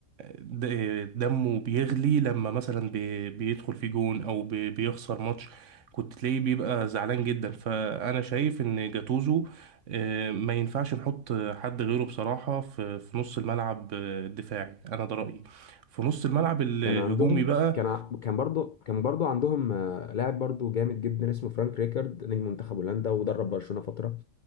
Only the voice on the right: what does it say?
د- دمه بيغلي لما مثلا بي- بيدخل في جون او بي- بيخسر ماتش كنت تلاقيه بيبقى زعلان جدا فانا شايف ان جاتوزو آه، ما ينفعش نحط حد غيره بصراحة في في نص الملعب آه، الدفاعي انا ده رأيي في نص الملعب الهجومي
بقى